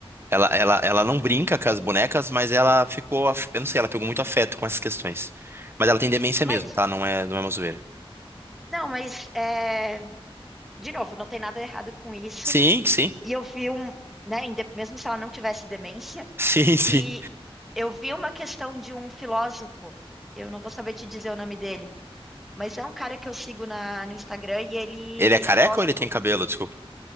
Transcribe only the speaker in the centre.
Mas,
não, mas, é, de novo, não tem nada errado com isso.
E eu vi um, né, inde- mesmo se ela não tivesse demência,
e eu vi uma questão de um filósofo, eu não vou saber te dizer o nome dele, mas é um cara que eu sigo na, no Instagram e ele
é filósofo.